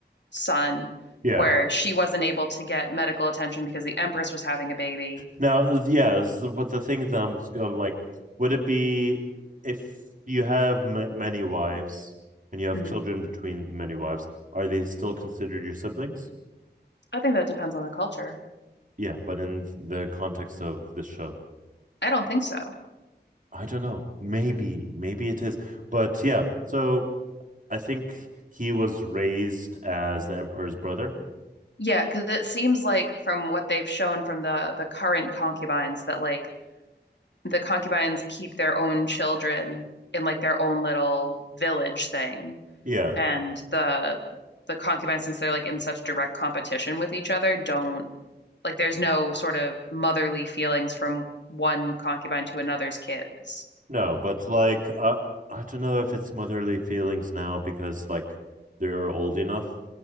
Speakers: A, on the left; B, on the right.
A: son
B: Yeah.
A: where she wasn't able to get medical attention because the Empress was having a baby.
B: Now, yeah, but the thing that I'm gonna, like, would it be if you have m- many wives and you have
A: hmm
B: children between the many wives, are they still considered your siblings?
A: I think that depends on the culture.
B: Yeah, but in the context of this show,
A: I don't think so.
B: I don't know. Maybe, maybe it is. But yeah, so I think he was raised as the emperor's brother.
A: Yeah, because it seems like from what they've shown from the the current concubines that like the concubines keep their own children in like their own little village thing.
B: Yeah,
A: and the the concubines, since they're like in such direct competition with each other, don't like there's no sort of motherly feelings from one concubine to another's kids.
B: No, but like uh, I don't know if it's motherly feelings now because like they are old enough,